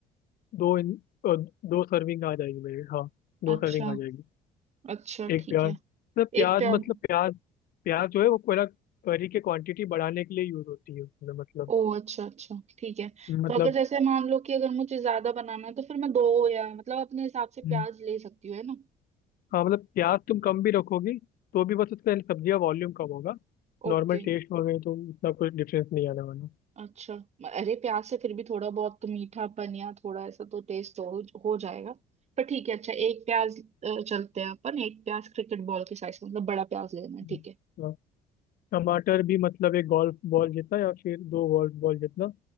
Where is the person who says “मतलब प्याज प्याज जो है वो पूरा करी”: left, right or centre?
Left